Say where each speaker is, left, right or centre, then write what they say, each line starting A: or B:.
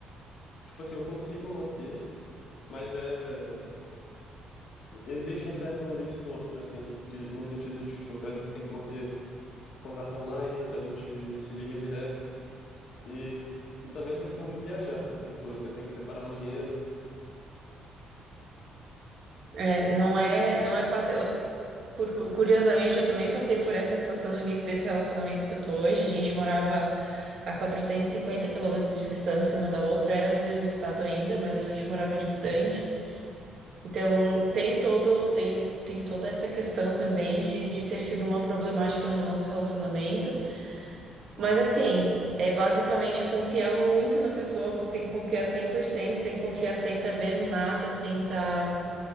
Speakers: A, on the left (about 65°); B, on the right (about 55°).
A: tipo assim, eu consigo manter, mas é. existe um certo esforço, assim, de, no sentido de, tipo, a gente tem que manter contato online, a gente se liga direto. E, e também essa questão de viajar. Então, tipo, eu tenho que separar um dinheiro.
B: É, não é, não é fácil. Eu Por- curiosamente, eu também passei por essa situação no início desse relacionamento que eu tô hoje. A gente morava a 450 quilômetros de distância uma da outra, era no mesmo estado ainda, mas a gente morava distante.
A: Uhum,
B: Então, tem todo, tem, tem toda essa questão também de, de ter sido uma problemática no nosso relacionamento.
A: uhum,
B: Mas, assim, é basicamente confiar muito na pessoa, você tem que confiar 100%, você tem que confiar sem estar tá vendo nada, sem estar